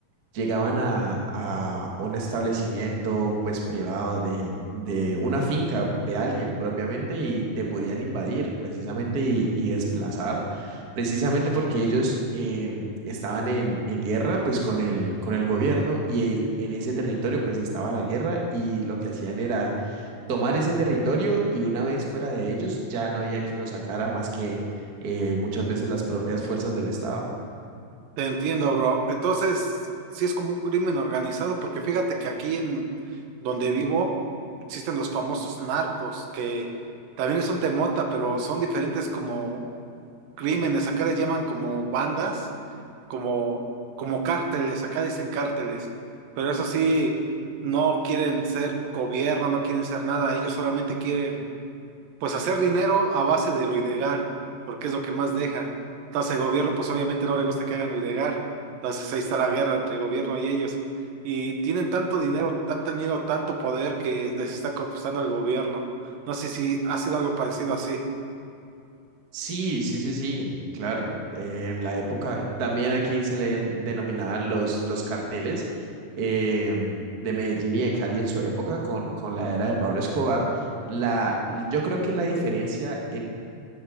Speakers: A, on the right; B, on the right.
A: llegaban a, a un establecimiento pues privado de, de una finca de alguien propiamente y te podían invadir precisamente y, y desplazar, precisamente porque ellos eh, estaban en, en guerra pues con el, con el gobierno y en ese territorio pues estaba la guerra y lo que hacían era tomar ese territorio y una vez fuera de ellos ya no había quien lo sacara más que eh, muchas veces las propias fuerzas del Estado.
B: Te entiendo, bro. Entonces, sí es como un crimen organizado, porque fíjate que aquí en donde vivo existen los famosos narcos, que también es un temota, pero son diferentes como crímenes. Acá les llaman como bandas, como, como cárteles, acá dicen cárteles, pero eso sí, no quieren ser gobierno, no quieren ser nada, ellos solamente quieren pues hacer dinero a base de lo porque es lo que más deja. Entonces el gobierno, pues obviamente no le gusta que hagan lo Entonces ahí está la guerra entre el gobierno y ellos. Y tienen tanto dinero, han tenido tanto poder que les está costando el gobierno. No sé si ha sido algo parecido así.
A: Sí, sí, sí, sí, claro. Eh, en la época, también aquí se le denominaban los, los carteles eh, de Medellín y de Cali en su época con, con la era de Pablo Escobar. La, yo creo que la diferencia